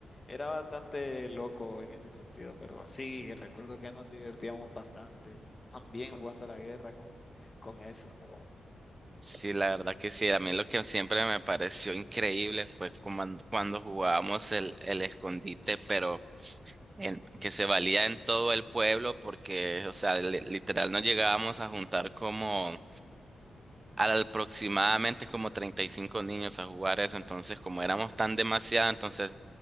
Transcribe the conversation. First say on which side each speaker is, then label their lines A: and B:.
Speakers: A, on the left; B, on the right.
A: era bastante loco en ese sentido, pero sí, recuerdo que nos divertíamos bastante también jugando a la guerra con, con eso.
B: Sí, la verdad que sí. A mí lo que siempre me pareció increíble fue cuando, cuando jugábamos el, el escondite, pero en- que se valía en todo el pueblo porque, o sea, li- literal nos llegábamos a juntar como al- aproximadamente como 35 niños a jugar eso. Entonces, como éramos tan demasiados, entonces